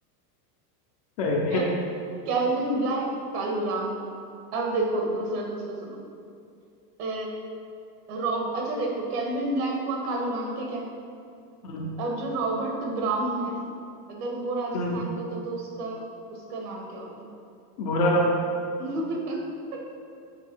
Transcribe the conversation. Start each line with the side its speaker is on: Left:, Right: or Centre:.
Left: सही
Right: क्या
Left: है
Right: कैल्विन ब्लैक कालू राम अब देखो दूसरा दूसरा सुनो अ, रॉब अच्छा देखो कैल्विन ब्लैक हुआ कालू राम ठीक है
Left: हम्म,
Right: अब जो रॉबर्ट ब्राउन है अगर वो राजस्थान
Left: हम्म,
Right: का होता तो उसका उसका नाम क्या होता
Left: भूरा रंग
Right: <laughs>